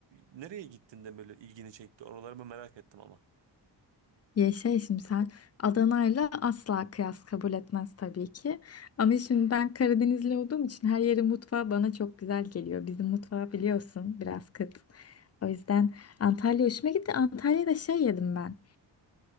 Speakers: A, on the right; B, on the left.
A: nereye gittin de böyle ilgini çekti? Oraları mı merak ettim ama.
B: ya şey şimdi sen Adana'yla asla kıyas kabul etmez tabii ki. Ama şimdi ben Karadenizli olduğum için her yerin mutfağı bana çok güzel geliyor. Bizim mutfağı biliyorsun biraz kıt. O yüzden Antalya hoşuma gitti. Antalya'da şey yedim ben.